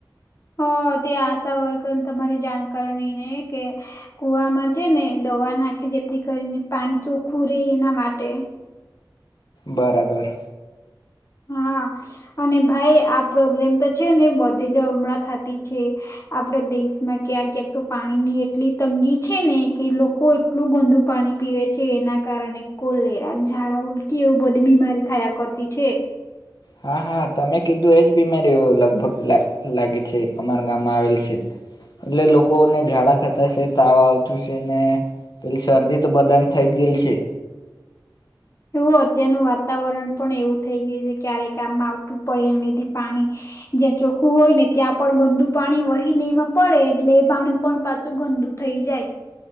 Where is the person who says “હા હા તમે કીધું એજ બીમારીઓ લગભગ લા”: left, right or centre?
Left